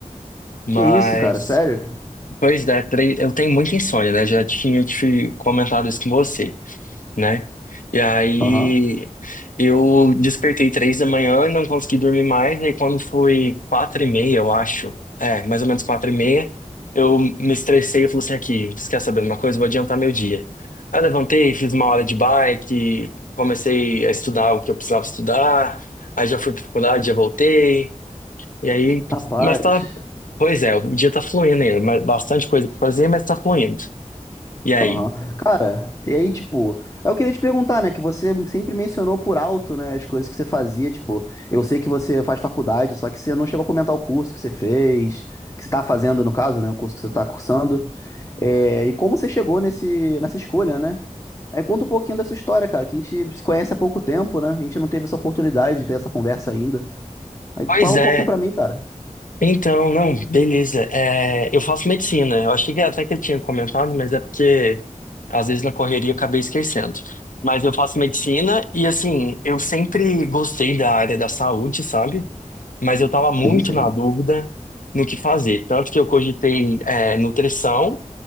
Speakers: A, on the left; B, on the left.
A: Mas,
B: Que isso, cara? Sério?
A: pois é, três... eu tenho muita insônia, né? Já tinha te comentado isso com você. né? E aí
B: Aham.
A: eu despertei três da manhã, não consegui dormir mais, e aí quando foi quatro e meia, eu acho, é, mais ou menos quatro e meia, eu me estressei e falei assim, aqui, você quer saber de uma coisa? Vou adiantar meu dia. Aí eu levantei, fiz uma hora de bike, comecei a estudar o que eu precisava estudar, aí já fui pra faculdade, já voltei, e aí,
B: Rapaz.
A: mas tá, pois é, o dia tá fluindo ainda, mas bastante coisa pra fazer, mas tá fluindo. E aí?
B: Aham. Cara, e aí, tipo, aí eu queria te perguntar, né, que você sempre mencionou por alto, né, as coisas que você fazia, tipo, eu sei que você faz faculdade, só que você não chegou a comentar o curso que você fez, que você tá fazendo, no caso, né, o curso que você tá cursando, é, e como você chegou nesse, nessa escolha, né? Aí conta um pouquinho dessa história, cara, que a gente se conhece há pouco tempo, né, a gente não teve essa oportunidade de ter essa conversa ainda. Aí
A: Pois
B: fala
A: é,
B: um pouquinho pra mim, cara.
A: Então, não, beleza. É, eu faço medicina. Eu achei que até que eu tinha comentado, mas é porque às vezes na correria eu acabei esquecendo. Mas eu faço medicina e assim, eu sempre gostei da área da saúde, sabe? Mas eu tava muito
B: Sim, sim.
A: na dúvida no que fazer. Tanto que eu cogitei, é, nutrição